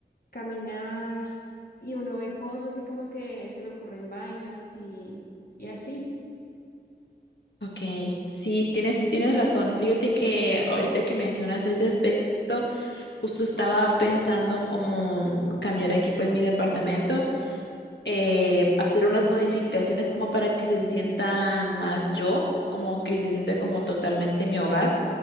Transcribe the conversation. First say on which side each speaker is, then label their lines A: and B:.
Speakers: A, on the left; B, on the left.
A: caminar y uno ve cosas y como que se le ocurren vainas y, y así.
B: Ok, sí, tienes, tienes razón. Fíjate que ahorita que mencionas ese aspecto, justo estaba pensando cómo cambiar aquí pues mi departamento, eh, hacer unas modificaciones como para que se sientan más yo, como que se sienta como totalmente mi hogar.